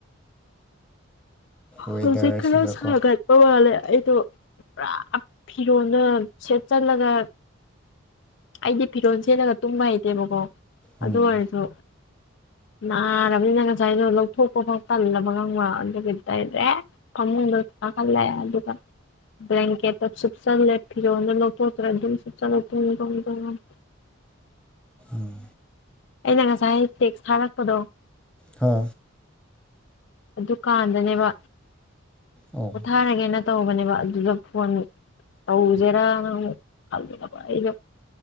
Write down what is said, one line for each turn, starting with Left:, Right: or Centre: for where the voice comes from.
Centre: ꯋꯦꯗꯔꯁꯤꯒꯀꯣ
Left: ꯍꯧꯖꯤꯛ ꯈꯔ ꯁꯥꯒꯠ ꯄ ꯋꯥꯂꯦ ꯑꯩꯗꯣ ꯄꯨꯔꯥ ꯐꯤꯔꯣꯟꯒ ꯁꯦꯠꯆꯜꯂꯒ ꯑꯩꯗꯤ ꯐꯤꯔꯣꯟ ꯁꯦꯠꯂꯒ ꯇꯨꯝꯕ ꯍꯩꯇꯦꯕꯀꯣ
Centre: ꯎꯝ
Left: ꯑꯗꯨ ꯑꯣꯏꯔꯁꯨ ꯅꯥꯔꯕꯅꯤꯅ ꯉꯁꯥꯏꯗꯣ ꯂꯧꯊꯣꯛꯄ ꯐꯥꯎ ꯇꯜꯂꯕ ꯈꯪꯕꯔꯥ ꯑꯗꯨꯒꯤ ꯗꯥꯏꯔꯦꯛ ꯐꯃꯨꯡꯗ ꯀꯥꯈꯠꯂꯦ ꯑꯗꯨꯒ ꯕꯂꯦꯡꯀꯦꯠꯇꯣ ꯁꯨꯞꯆꯜꯂꯦ ꯐꯤꯔꯣꯟꯗꯣ ꯂꯧꯊꯣꯛꯇꯔ꯭ꯦ ꯑꯗꯨꯝ ꯁꯨꯞꯆꯜꯂ ꯇꯨꯝꯃꯦ ꯇꯨꯝꯃꯦ ꯇꯨꯝꯃꯦ
Centre: ꯎꯝ
Left: ꯑꯩꯅ ꯉꯁꯥꯏ ꯇꯦꯛꯁ ꯊꯥꯔꯛꯄꯗꯣ
Centre: ꯍꯥ
Left: ꯑꯗꯨꯀꯥꯟꯗꯅꯦꯕ
Centre: ꯑꯣ
Left: ꯄꯣꯊꯥꯔꯒꯦꯅ ꯇꯧꯕꯅꯦꯕ ꯑꯗꯨꯗ ꯐꯣꯟ ꯇꯧꯖꯦꯔꯥ ꯅꯃꯨꯛ ꯈꯜꯂꯕ ꯑꯩꯒ